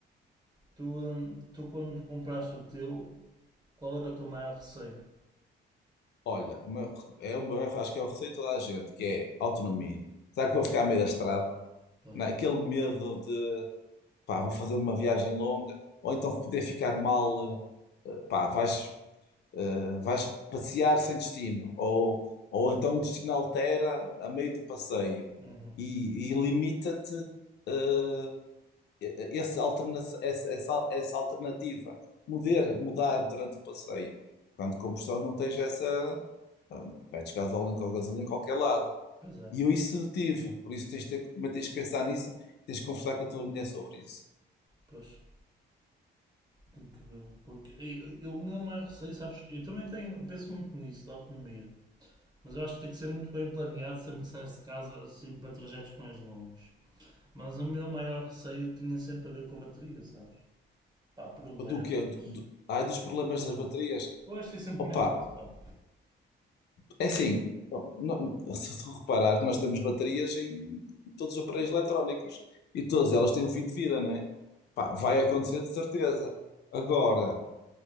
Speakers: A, on the right; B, on the left.
A: Tu, hum, tu quando compraste o teu, qual era o teu maior receio?
B: Olha, uma- é uma, acho que é o receio de toda a gente, que é autonomia. Será que vou ficar a meio da estrada?
A: Pois.
B: Não é? Aquele medo de, pá, vou fazer uma viagem longa, ou então poder ficar mal. eh, pá, vais. Uh, vais passear sem destino, ou, ou então o destino altera a meio do passeio
A: Uhum.
B: e, e limita-te uh, esse alterna- essa, essa, essa alternativa. Mudar, mudar durante o passeio. Quando combustão não tens essa. ah, Metes gasolina ou gasolina em qualquer lado.
A: Pois é,
B: E eu isso tive, por isso tens de ter, que- também tens de pensar nisso, tens de conversar com a tua mulher sobre isso.
A: pois. Tenho que ver. Porque eu, eu- o meu maior receio, sabes? Eu também tenho, penso muito nisso, da autonomia. Mas eu acho que tem que ser muito bem planeado sempre que saísse de casa, assim, para trajetos mais longos. Mas o meu maior receio tinha sempre a ver com a bateria, sabes? Pá, problemas.
B: Do que é? Do, do, ai, dos problemas das baterias.
A: Pois, tenho sempre
B: Opa,
A: medo disso, pá.
B: é assim, bom, não- <laughs> se tu reparares, nós temos baterias em todos os aparelhos eletrónicos e todas elas têm um fim de vida, não é? Pá, vai acontecer de certeza. Agora,